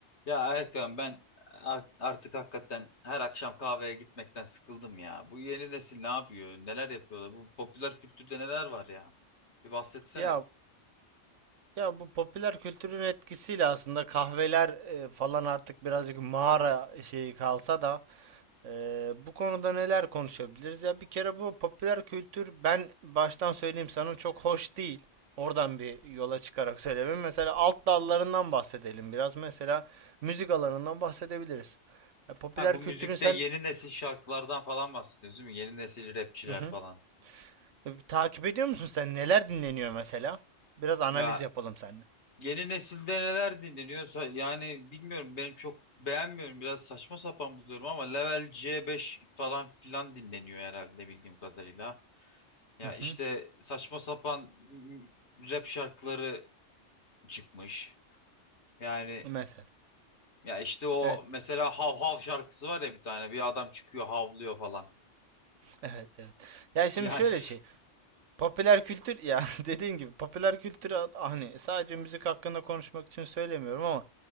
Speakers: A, on the left; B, on the right.
A: Ya Erkan ben art- artık hakikaten her akşam kahveye gitmekten sıkıldım ya. Bu yeni nesil ne yapıyor? Neler yapıyorlar? Bu popüler kültürde neler var ya? Bir bahsetsene.
B: Ya ya bu popüler kültürün etkisiyle aslında kahveler e, falan artık birazcık mağara şeyi kalsa da e, bu konuda neler konuşabiliriz? Ya bir kere bu popüler kültür ben baştan söyleyeyim sana çok hoş değil. Oradan bir yola çıkarak söylemem. Mesela alt dallarından bahsedelim biraz. Mesela müzik alanından bahsedebiliriz. E, popüler
A: Ha bu
B: kültürün
A: müzikte
B: sen
A: yeni nesil şarkılardan falan bahsediyoruz değil mi? Yeni nesil rapçiler
B: Hı hı.
A: falan.
B: E, takip ediyor musun sen? Neler dinleniyor mesela? Biraz analiz
A: Ya
B: yapalım seninle.
A: yeni nesilde neler dinleniyorsa yani bilmiyorum benim çok beğenmiyorum. Biraz saçma sapan buluyorum ama Level C5 falan filan dinleniyor herhalde bildiğim kadarıyla. Ya
B: Hı hı.
A: işte saçma sapan m- rap şarkıları çıkmış. Yani
B: Mesela.
A: ya işte o
B: Evet.
A: mesela hav hav şarkısı var ya bir tane. Bir adam çıkıyor havlıyor falan.
B: Evet evet. Ya şimdi
A: Yani
B: şöyle
A: <laughs>
B: bir şey. Popüler kültür ya <laughs> dediğin gibi popüler kültür hani sadece müzik hakkında konuşmak için söylemiyorum ama